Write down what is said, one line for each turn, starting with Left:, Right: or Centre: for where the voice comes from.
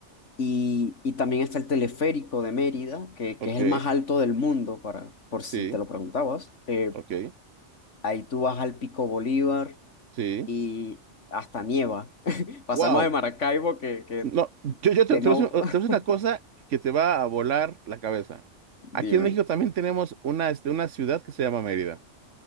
Left: y, y también está el teleférico de Mérida, que, que
Right: Ok,
Left: es el más alto del mundo, para, por
Right: sí,
Left: si te lo preguntabas. eh,
Right: ok,
Left: Ahí tú vas al Pico Bolívar
Right: sí.
Left: y hasta nieva. <laughs> Pasamos
Right: Wow.
Left: de Maracaibo que, que,
Right: No, yo, yo te,
Left: que no.
Right: te voy a decir te voy
Left: <laughs>
Right: a decir una cosa que te va a volar la cabeza. Aquí
Left: Dime.
Right: en México también tenemos una, este, una ciudad que se llama Mérida.